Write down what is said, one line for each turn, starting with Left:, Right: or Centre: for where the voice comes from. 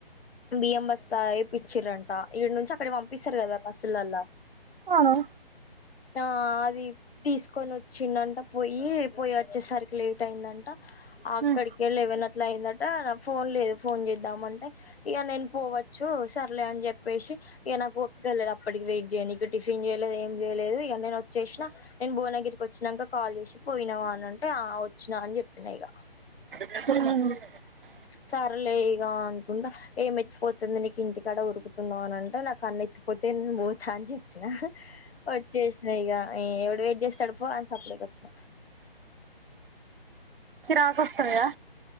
Left: బియంబస్తాఎపిచ్చిరంట ఇడనుంచి అక్కడి పంపిస్తారు కదా బస్సు లల్లా
Right: అవును
Left: ఆ అది తీసుకొని వచ్చిండంట పోయి పోయి వచ్చేసరికి లేట్ అయిందంట అక్కడికిలేవన
Right: ఉమ్,
Left: అట్లా అయిందట ఫోన్ లేదు ఫోన్ చేద్దామంటే ఇక నేను పోవచ్చు సర్లే అని చెప్పేసి ఇగ, నాకు, ఒపిక, లేదు అప్పటికి వెయిట్‌ జేయనికి టిఫిన్ చేయలేదు ఏం చేయలేదు ఇగవచ్చేసినా నేను భువనగిరికి వచ్చినంక కాల్ చేసి పోయి పోయినవా అనింటే అ అవచ్చినా అని చెప్పిన ఇగ
Right: హ
Left: సరలే ఇగా అనుకుంటా ఏంమెత్తిపోతుంది నీకు ఇంటికాడ ఉరుకుతున్నావ్ అని అంటే నాకు అన్న ఎత్తిపోతే పోతా అని చెప్పిన అహవచ్చే సిన సైగా ఎవడు వెయిట్ చేస్తాడు పో అని సప్ డిగ వ చ్చిన
Right: చిరాకు వస్తది గద